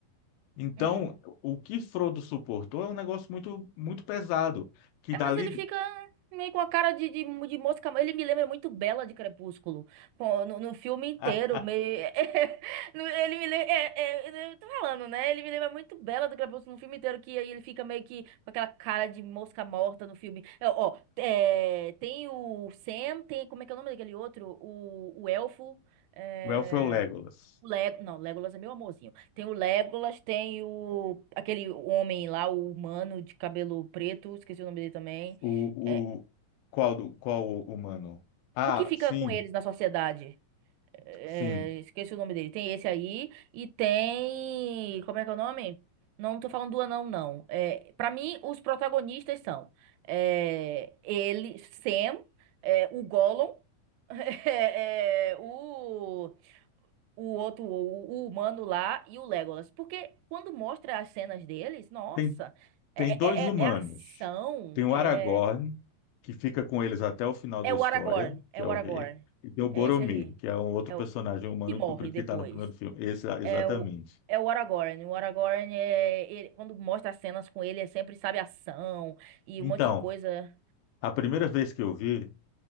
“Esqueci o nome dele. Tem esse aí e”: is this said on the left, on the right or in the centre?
Right